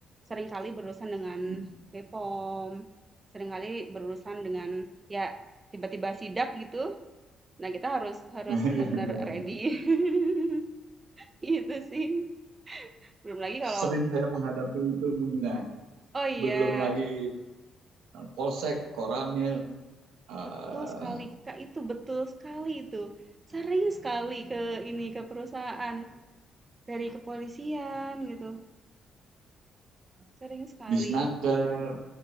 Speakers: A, on the right; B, on the right.
A: seringkali berurusan dengan
B: Hmm.
A: BPOM, seringkali berurusan dengan ya tiba-tiba sidak gitu. Nah kita harus harus
B: <laughs>
A: benar-benar ready. <laughs> Gitu sih. Belum lagi kalau
B: Sering saya menghadapi itu Gina.
A: oh iya.
B: Belum lagi Polsek, Koramil, eh,
A: Betul sekali, Kak, itu betul sekali itu. Sering sekali ke ini, ke perusahaan, dari kepolisian gitu, sering sekali.
B: Disnaker,